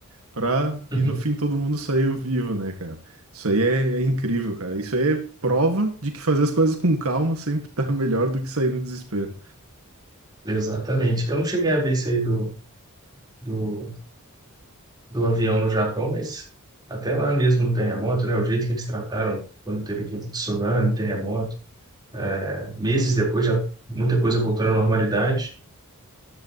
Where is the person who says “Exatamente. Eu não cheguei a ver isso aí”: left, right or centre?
Right